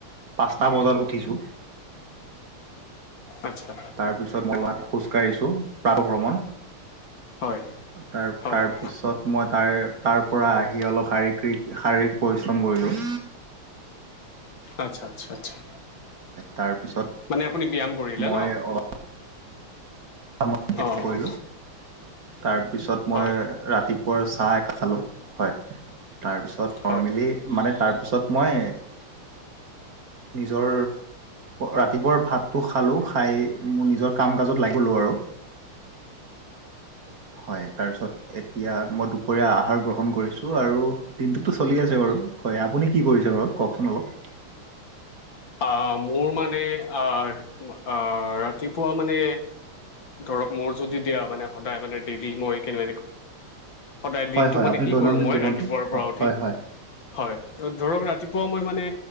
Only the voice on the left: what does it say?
আচ্ছা
হয়
হয়
আচ্ছা আচ্ছা আচ্ছা
মানে আপুনি ব্যায়াম কৰিলে
ন
অঁ
অঁ
হয়
হয়
<inaudible> আহ মোৰ মানে আহ আহ ৰাতিপুৱা মানে। ধৰক মোৰ যদি দিয়া মানে সদায় মানে ডৰি মই কেনে সদায়
দিনটো
মানে
কি
কৰো মই
ৰাতিপুৱাৰ
পৰা উঠি
হয় ধৰক ৰাতিপুৱা। পোৱা মই মানে